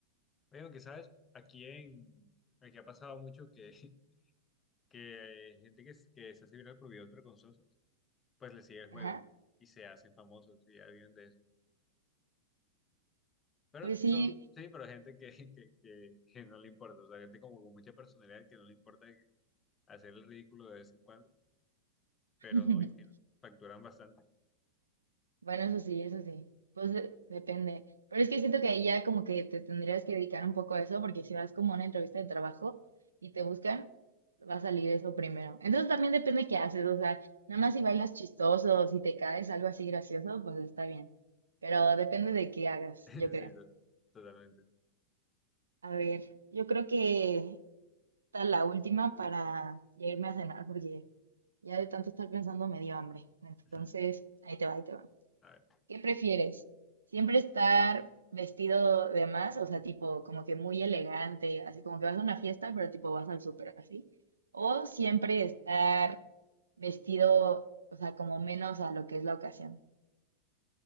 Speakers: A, on the left (about 25°); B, on the right (about 85°).
A: Oye, aunque sabes, aquí en... Aquí ha pasado mucho que que eh, gente que, s- que se hace viral por videos vergonzosos, pues le sigue el
B: Ajá.
A: juego y se hacen famosos y ya viven de eso. Pero
B: Pues sí.
A: son, sí, pero gente que, <laughs> que, que, que no le importa, o sea, gente como con mucha personalidad que no le importa que- hacer el ridículo de vez en cuando, pero
B: <laughs>
A: no, imagínate, facturan bastante.
B: Bueno, eso sí, eso sí. Pues de- depende. Pero es que siento que ahí ya como que te tendrías que dedicar un poco a eso, porque si vas como a una entrevista de trabajo y te buscan, va a salir eso primero. Entonces también depende qué haces, o sea, nada
A: <laughs>
B: más si bailas chistoso, o si te caes algo así gracioso, pues está bien. Pero depende de qué hagas,
A: Sí,
B: yo creo.
A: to- totalmente.
B: A ver, yo creo que está la última para ya irme a cenar, porque ya de tanto estar pensando me dio hambre. Entonces,
A: <laughs>
B: ahí te va, ahí te va.
A: A ver,
B: ¿Qué prefieres? ¿Siempre estar vestido de más? O sea, tipo, como que muy elegante, así como que vas a una fiesta, pero tipo vas al súper, así. ¿O siempre estar vestido, o sea, como menos a lo que es la ocasión?